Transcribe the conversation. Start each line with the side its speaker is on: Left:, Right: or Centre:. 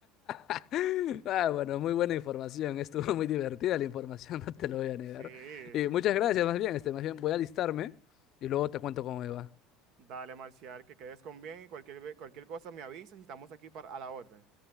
Left: <laughs> Ah, bueno, muy buena información. Estuvo muy divertida la información, <laughs> no te lo voy a negar.
Right: Sí.
Left: Y muchas
Right: <laughs>
Left: gracias, más bien, este, más bien voy a alistarme y luego te cuento cómo me va.
Right: Dale, Marcial, que quedes con bien y cualquier, ve- cualquier cosa me avisas y estamos aquí para, a la orden.